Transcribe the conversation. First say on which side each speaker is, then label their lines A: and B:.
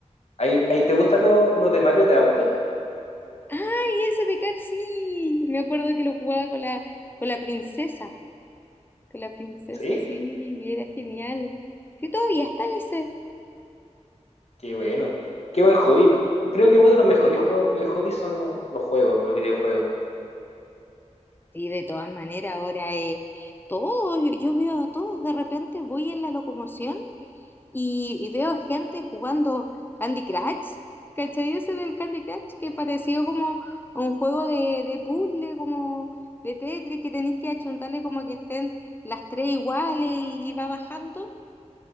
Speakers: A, on the left (about 60°); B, on the left (about 15°).
A: ¿Hay, hay- te gustan los, los de Mario de auto?
B: ¡Ay, ese de Car sí! Me acuerdo que lo jugaba con la, con la princesa, con la princesa,
A: Sí,
B: sí, era genial. Sí, todavía está ese.
A: qué bueno. Qué buen hobby. Creo que uno de los mejores juego- eh, hobbies son los juegos, los videojuegos.
B: Sí, de todas maneras, ahora eh, todos, yo veo a todos, de repente voy en la locomoción. Y, y veo gente jugando Candy Crush, ¿cachai? Ese del Candy Crush que pareció como un juego de, de puzzle, como de Tetris, que tenéis que achuntarle como que estén las tres iguales y, y va bajando.